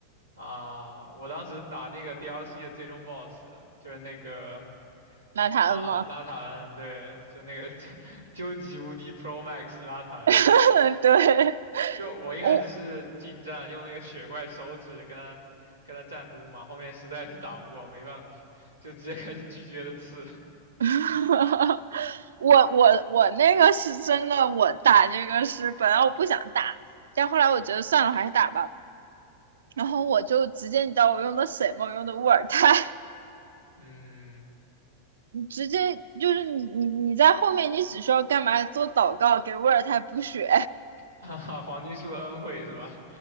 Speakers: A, on the left; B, on the right.
A: 啊，我当时打那个 DLC 的最终 BOSS，就是那个
B: 拿他恩吗？
A: 拉拉塔恩，对，就那个 <laughs> 究极无敌 Pro Max 拉塔恩。
B: <laughs> 对，
A: 就我一开始是近战，
B: 我
A: 用那个雪怪手指跟他跟他战撸嘛，后面实在是打不过，没办法，就直接开始拒绝的刺。
B: <laughs> 我我我那个是真的，我打这个是本来我不想打，但后来我觉得算了，还是打吧。然后我就直接，你知道我用的什么？我用的沃尔泰，
A: 嗯，
B: 你直接就是你你你在后面，你只需要干嘛？做祷告，给沃尔泰补血。
A: <laughs> 哈哈，黄金树恩惠是吧？